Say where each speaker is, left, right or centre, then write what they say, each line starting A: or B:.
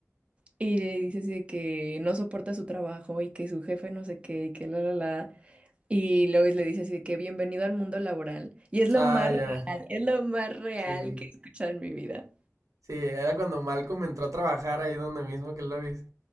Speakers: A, on the right (about 20°); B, on the right (about 85°).
A: y le dice así de que no soporta su trabajo y que su jefe no sé qué, y que la, la, la, y Lois le dice así de que bienvenido al mundo laboral, y es lo
B: Ah,
A: más
B: ya.
A: real, es lo más real
B: Sí.
A: que he escuchado en mi vida.
B: Sí, era cuando Malcolm entró a trabajar ahí donde mismo que Lois.